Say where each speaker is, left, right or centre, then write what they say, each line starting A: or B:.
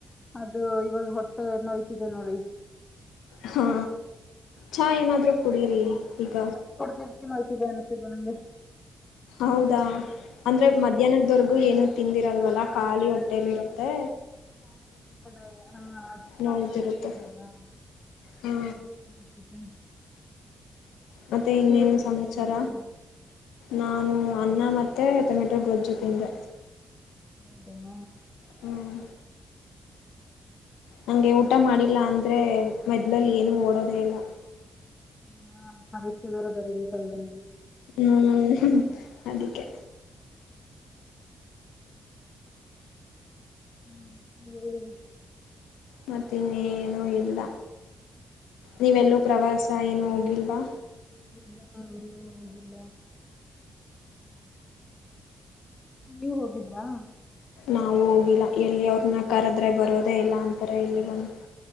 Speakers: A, on the left; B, on the left.
A: ಅದು ಇವಾಗ ಹೊಟ್ಟೆ ನೋಯ್ತಿದೆ ನೋಡಿ
B: ಹಾ. ಚಾ ಏನಾದ್ರು ಕುಡೀರಿ ಈಗ.
A: ಅದ್ ಕುಡ್ದಿದ್ಕೆ ನೋಯ್ತಿದೆ ಅನ್ನಿಸ್ತಿದೆ ನಂಗೆ
B: ಹೌದಾ. ಅಂದ್ರೆ ಮದ್ಯಾನದ ವರ್ಗು ಏನು ತಿಂದಿರಲ್ವಲ್ಲ
A: ಹಾ
B: ಖಾಲಿ
A: ಅದೇ
B: ಹೊಟ್ಟೇಲಿ
A: ಹಾ
B: ಇರುತ್ತೆ.
A: <unintelligible>
B: ನೋಯ್ತಿರುತ್ತೆ ಹಾ ಮತ್ತೆ ಇನ್ನೇನು
A: ನೀವೇನ್ ತಿಂದ್ರಿ
B: ಸಮಾಚಾರ
A: ಮಧ್ಯಾಹ್ನ
B: ನಾನು ಅನ್ನ ಮ ಮತ್ತೆ ಟೊಮೆಟೊ ಗೊಜ್ಜು ತಿಂದೆ.
A: ದಾಮ.
B: ಹ್ಮ್. ನಂಗೆ ಊಟ ಮಾಡಿಲ್ಲ ಅಂದ್ರೆ ಮದ್ಲಲ್ಲಿ ಏನು ಓಡೋದೇ ಇಲ್ಲ.
A: ಹಾ ಪರೀಕ್ಷೆ ಬರೇ ಬರೀಬೇಕಲ್ವ್.
B: ಹ್ಮ್ ಅದಕ್ಕೆ
A: ಹ್ಮ್ ಹೇಳಿ.
B: ಮತ್ತ ಇನ್ನೇನು ಇಲ್ಲ. ನೀವೆಲ್ಲೂ ಪ್ರವಾಸ ಏನು ಹೋಗಿಲ್. ವಾ
A: ಎಲ್ಲಾ ಎಲ್ಲಿ ಹೋಗಿಲ್ಲ. ನೀವು ಹೋಗಿದ್ರಾ.
B: ನಾವು ಹೋಗಿಲ್ಲ ಎಲ್ಲಿ ಅವ್ರ್. ನಾ ಕರದ್ರೆ ಬರೋದೇ ಇಲ್ಲ ಅಂತಾರೆ ಎಲ್ಲಿಗುನು.